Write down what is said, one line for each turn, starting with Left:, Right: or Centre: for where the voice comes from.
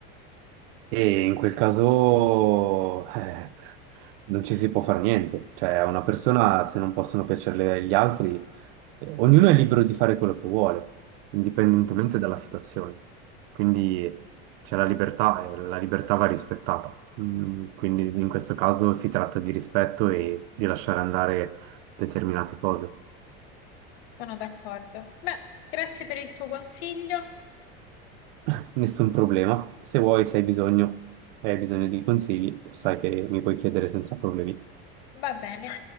Right: E in quel caso eh, non ci si può fare niente, cioè a una persona se non possono piacerle gli altri, eh, ognuno è libero di fare quello che vuole, indipendentemente dalla situazione. Quindi c'è la libertà e la libertà va rispettata. Mm, Quindi in questo caso si tratta di rispetto e di lasciare andare determinate cose.
Left: sono d'accordo. Beh, grazie per il tuo consiglio.
Right: <laughs> Nessun problema, se vuoi, se hai bisogno, e hai bisogno di consigli, sai che mi puoi chiedere senza problemi.
Left: Va bene.